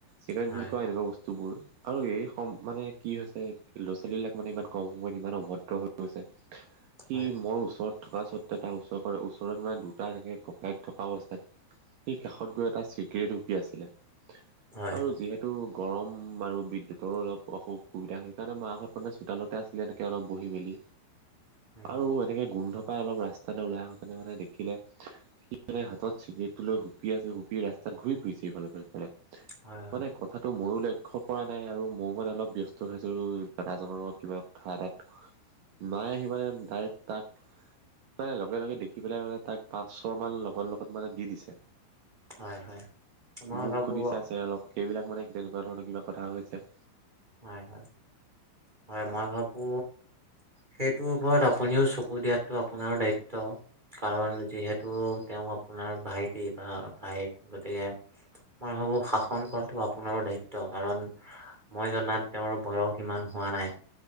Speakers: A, on the right; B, on the right.
A: চিগাৰেট
B: হয়
A: বুলি কোৱা এনেকুৱা বস্তুবোৰ আৰু এই সম মানে কি হৈছে ল'ৰা ছোৱালীবিলাক মানে ইমান কম সময়ত ইমান অভদ্ৰ হৈ গৈছে। সি
B: হয়
A: মোৰ ওচৰত থকা সত্তে তাৰ ওচৰ-ওচৰত মানে দুটা এনেকে ককায়েক থকা অৱস্থাত সেই কাষত গৈ এটা চিগৰেট হুপি আছিলে।
B: হয়
A: আৰু যিহেতু গৰম আৰু বিদ্যুতৰোঁ অলপ অসু সুবিধা সেইকাৰণে মাহত মানে চোতালতে আছিলে এনেকে অলপ বহি মেলি।
B: হয়
A: আৰু এনেকে গোন্ধ পাই অলপ ৰাস্তালৈ ওলাই আহো তেনে মানে দেখিলে সি মনে হাতত চিগৰেটটো লৈ সুপি আছে হুপি ৰাস্তাত ঘূৰি ফুৰিছে ইফালে সফালে।
B: হয়
A: মানে কথাটো ময়ো লক্ষ্য কৰা নাই আৰু মোৰ মানে অলপ ব্যস্ত হৈছো দাদাজনৰ লগত কিবা কথা এটাত, মাই আহি মানে ডাইৰেক্ট তাক মানে লগে লগে দেখি পেলাই মানে তাক পাঁচ চৰ মান লগৰ লগত মানে দি দিছে।
B: হয় হয় হয় মই
A: মুখ
B: ভাবো
A: শুনি চাইছে অলপ সেইবিলাক মানে তেনেকুৱা ধৰণৰ কিবা কথা হৈছে।
B: হয় হয়, হয় মই ভাবো সেইটোৰ ওপৰত আপুনিও চকু দিয়াটো আপোনাৰো দায়িত্ব। কাৰণ যিহেতু তেওঁ আপোনাৰ ভাইটি বা ভায়েক। গতিকে মই ভাবো শাসন কৰাটো আপোনাৰো দায়িত্ব কাৰণ মই জনাত তেওঁৰ বয়স ইমান হোৱা নাই।